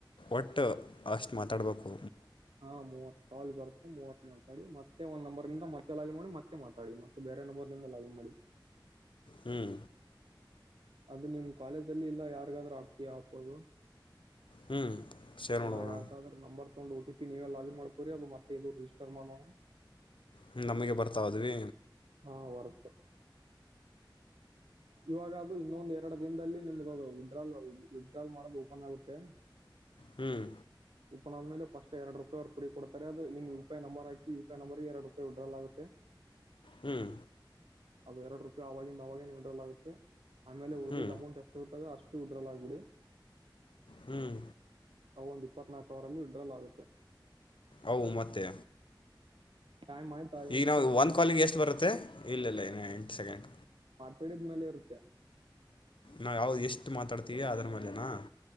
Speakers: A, on the left; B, on the right.
A: ಒಟ್ಟ ಅಷ್ಟ್ ಮಾತಾಡ್ಬೇಕು
B: ಹಾ ಮೂವತ್ ಕಾಲ್ ಬರುತ್ತೆ ಮೂವತ್ ಮಾತಾಡಿ ಮತ್ತೆ ಕಾಲ್ ಬರುತ್ತೆ ಮೂವತ್ ಮಾತಾಡಿ ಒಂದ್ ಕಾಲ್ ಬರುತ್ತೆ ಮೂವತ್ ಮಾತಾಡಿ ಮತ್ತೆ ಒಂದು ನಂಬರ್ ನಿಂದ ಮತ್ತೆ ಲಾಗಿನ್ ಮಾಡಿ ಮತ್ತೆ ಮಾತಾಡಿ ಮತ್ತೆ ಬೇರೆ ನಂಬರ್ ನಿಿಂದ ಲಾಗಿನ್ ಮಾಡಿ
A: ಹ್ಮ್
B: ಅದು ನಿಮ್ ಕಾಲೇಜ ಅಲ್ಲಿ ಇಲ್ಲ ಯಾರಿಗಾದರೂ ಹಾಕ್ತೀಯ ಅಪೋಲೋ
A: ಹ್ಞೂ ಶೇರ್
B: ಇಲ್ಲ
A: ಮಾಡೋಣ
B: ಯಾರ್ದಾದ್ರ number account O T P ನೀವೇ ಲಾಗಿನ್ ಮಾಡ್ಕೋರಿ ಅದು ಮತ್ತೇ ಇದು ರಿ ಸ್ಟಾರ್ಟ್ ಮಾಡೋಣ
A: ಹ್ಮ ನಮಗೆ ಬರ್ತಾಇದ್ವಿ
B: ಹಾ ವರ್ತೆ ಇವಾಗ ಅದು ಇನ್ನೊಂದು ಎರಡು ದಿನದಲ್ಲಿ ನಿಮ್ದು ವಿತ್ಡ್ರಾಲ್ ವಿತ್ಡ್ಡ್ರಾಲ್ ಮಾಡೋದು ಓಪನ್ ಆಗುತ್ತೆ
A: ಹ್ಮ್
B: ಓಪನ್ ಆದ್ಮೇಲೆ ಫಸ್ಟ್ ಎರಡು ರೂಪಾಯಿ ಫ್ರೀ ಕೊಡ್ತಾರೆ ಅದು ನಿಮ್ಮ ಯುಪಿಐ ನಂಬರ್ ಹಾಕಿ ಯುಪಿ ಐ ನಂಬರ್ಗೆ ಎರಡು ರೂಪಾಯಿ ವಿತಡ್ರಾ ಆಗುತ್ತೆ
A: ಹ್ಮ್
B: ಅದು ಎರಡು ರೂಪಾಯಿ ಆವಾಗಿಂದ ಅವಾಗೇ ವಿತ್ ಡ್ರಾಲ್ ಆಗುತ್ತೆ ಆಮೇಲೆ ಉಳಿದಿದ್
A: ಹ್ಞೂ
B: ಅಮೌಂಟ್ ಎಷ್ಟು ಇರ್ತಾವವೆ ಅಷ್ಟ ಟು ವಿತ್ ಡ್ರಾಲ್ ಆಗ್ಬಿಡಿ..
A: ಹ್ಮ್
B: ಅವ ಒಂದ್ ಇಪ್ಪತ್ ನಾಲ್ಕು ಹವರ ಅಲ್ಲಿ ವಿತ್ಡ್ರಾಲ್ ಆಗುತ್ತೆ
A: ಅವು ಮತ್ತೆ
B: ಟೈಮ್ ಆಯ್ತಾ
A: ಈಗ
B: ಎಷ್ಟು
A: ನಾವು
B: ಆಯ್ತು
A: ಒಂದ್ ಕಾಲಿಂಗ್ ಎಷ್ಟು ಬರುತ್ತೆ ಇಲ್ಲಿಲ್ಲ ಇ ಎಂಟು ಸೆಕೆಂಡ್
B: ಕೇಳಿದ್ಮೇಲೆ ಇರುತ್ತೆ
A: ನಾ ಯಾವ್ದ ಎಷ್ಟು ಮಾತಾಡ್ತೀವಿ ಅಂದ್ರ ಮೇಲೆೇನಾ